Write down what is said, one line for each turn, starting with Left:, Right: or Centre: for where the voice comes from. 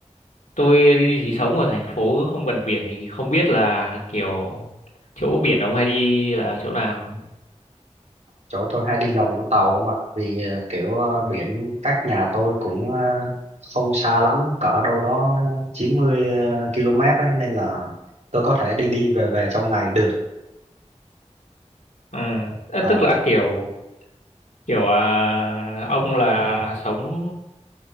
Left: tôi đi thì sống ở thành phố không gần biển thì không biết là kiểu chỗ biển ông hay đi là chỗ nào
Right: chỗ tôi hay đi là Vũng Tàu không ạ vì ờ, kiểu ờ, biển cách nhà tôi cũng ờ, không xa lắm cỡ đâu đó 90 km ấy, nên là tôi có thể đi đi về về trong ngày được
Left: ừ Ờ,
Right: À,
Left: tức là kiểu kiểu à, ông là sống